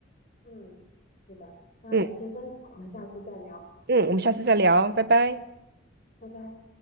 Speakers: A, on the left; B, on the right.
A: 嗯，是的，那感谢分享，
B: 嗯
A: 我们下次再聊，
B: 嗯，我们下次再聊，拜拜。
A: 拜拜。